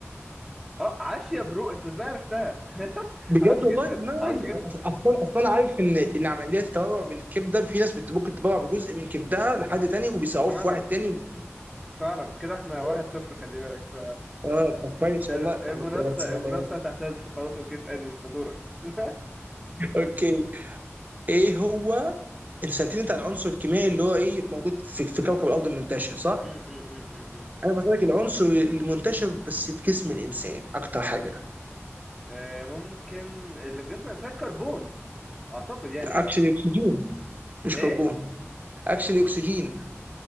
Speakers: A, in the centre; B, on the right.
A: اه عاش يا برو انت ازاي عرفتها <laughs>
B: بجد
A: عاش جدا
B: والله ما
A: عاش جدا
B: أصلا أصلا أنا عارف إن إن عملية التبرع بالكبد ده في ناس بت- ممكن تتبرع بجزء من كبدها لحد تاني وبيساعوه
A: فعلا
B: في واحد تاني
A: فعلا كده احنا
B: وب-
A: واحد صفر خلي بالك ف
B: اه ده كويس
A: <laughs>
B: والله
A: المنافسة
B: الله- ده يا سلام
A: المنافسة تحتد خلاص اوكي اسألني انت دورك <laughs> م-
B: اوكي ايه هو انت سالتني انت عن العنصر الكيميائي اللي هو ايه موجود في, في كوكب الارض منتشر صح؟
A: م- م- م- م-
B: انا بسالك العنصر المنتشر بس في جسم الانسان اكتر حاجه
A: م. آه، ممكن اللي في جسم الانسان كربون اعتقد يعني
B: اكشلي
A: آه.
B: اكسجين مش
A: ايه
B: كربون اكشلي اكسجين